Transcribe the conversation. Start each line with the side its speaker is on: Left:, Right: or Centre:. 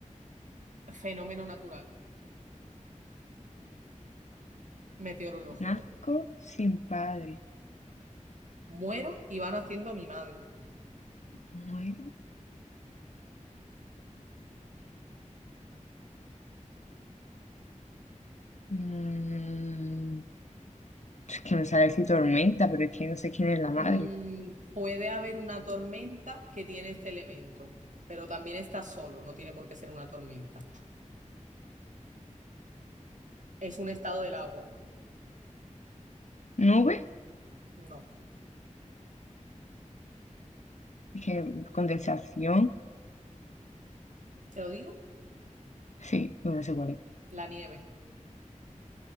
Right: Fenómeno natural, meteorológico.
Left: nazco sin padre.
Right: Muero y va naciendo mi madre.
Left: Muero. Mm, Es que me sale así tormenta, pero es que no sé quién es la madre.
Right: Mm, puede haber una tormenta que tiene este elemento, pero también está solo, no tiene por qué ser una tormenta. Es un estado del agua.
Left: ¿Nube?
Right: No,
Left: Es que condensación.
Right: Te lo digo?
Left: Sí, bueno, no sé cuál es.
Right: La nieve.